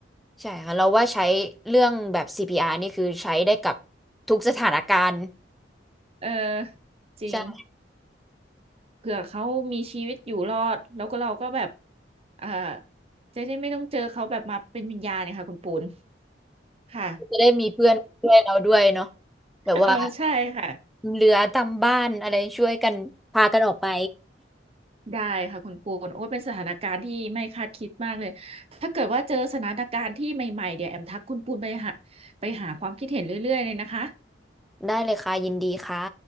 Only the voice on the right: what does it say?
เออจริง
เผื่อเขามีชีวิตอยู่รอดแล้วก็เราก็แบบเอ่อจะได้ไม่ต้องเจอเขาแบบมาเป็นวิญญาณเนี่ยค่ะคุณปูน ค่ะ
เออใช่ค่ะ
ได้ค่ะคุณปูนโอ้ยเป็นสถานการณ์ที่ไม่คาดคิดมากเลย ถ้าเกิดว่าเจอสถานการณ์ที่ใหม่ๆ เดี๋ยวแอมทักคุณปูนไปหาไปหาความคิดเห็นเรื่อยๆเลยนะคะ